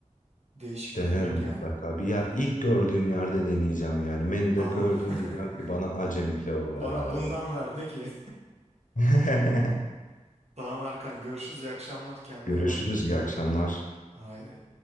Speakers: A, on the right; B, on the left.
A: değişik
B: denerim
A: bir yemek
B: mutlaka.
A: yani.
B: Bir ya ilk gördüğüm yerde deneyeceğim yani. Menüde
A: Tamam.
B: gördüm
A: <laughs>
B: diyeceğim ki bana Acem pilavı
A: Bana
B: ver abi.
A: bundan ver de ki.
B: <laughs>
A: <laughs> Tamam Erkan görüşürüz iyi akşamlar kendine
B: Görüşürüz
A: iyi bak.
B: iyi akşamlar.
A: Haydi.